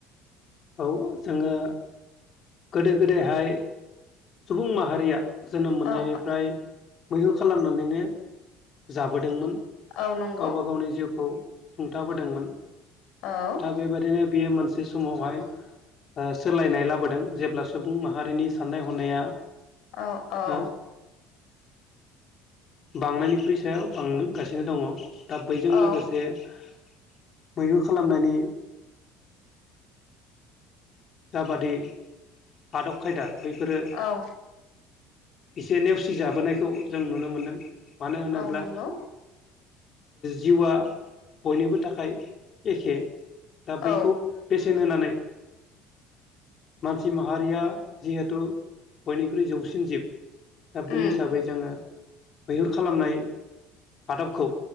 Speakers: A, on the left (about 45°); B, on the left (about 70°).
A: औ जोङो गोदो गोदायहाय सुबुं माहारिया जोनोम मोननायनिफ्राय
B: औ
A: मैहुर खालामनानैनो जाबोदोंमोन
B: औ नंगौ
A: गावबा गावनि जिउखौ सुंथाबोदोंमोन
B: औ
A: दा बेबायदिनो बेयो मोनसे समावहाय ओ सोलायनाय लाबोदों जेब्ला सुबुं माहारिनि साननाय हनाया
B: औ औ
A: ओ बांनायनिख्रुइ सायाव बांगासिनो दङ दा बैजों
B: औ
A: लोगोसे मैहुर खालामनायनि <inaudible> जाबादि आदब खायदा बैफोरो
B: औ
A: एसे नेवसि जाबोनायखौ जों नुनो मोनदों मानो होनोब्ला
B: औ नंगौ
A: जिउआ बयनिबो थाखाय एखे दा बैखौ
B: औ
A: बेसेन होनानै मानसि माहारिया जिहेथु बयनिख्रुइ जौसिन जिब दा बे
B: उम
A: हिसाबै जोङो मैहुर खालामनाय आदबखौ